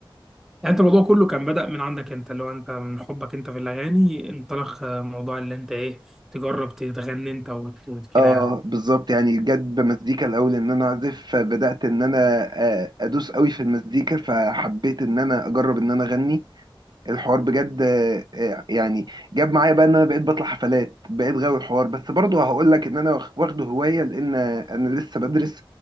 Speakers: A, in the centre; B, on the right (about 55°).
A: يعني انت الموضوع كله كان بدأ من عندك انت اللي هو انت من حبك انت في الاغاني انطلق آه، موضوع اللي انت ايه تجرب تغني انت وت- وكده
B: اه
A: يعني
B: بالظبط يعني جت بمزيكا الاول ان انا اعزف فبدات ان انا آه، ادوس قوي في المزيكا فحبيت ان انا اجرب ان انا اغني الحوار بجد آه، يعني جاب معايا بقى ان انا بقيت بطلع حفلات بقيت غاوي الحوار بس برضه هقول لك ان انا واخ- واخده هوايه لان انا لسه بدرس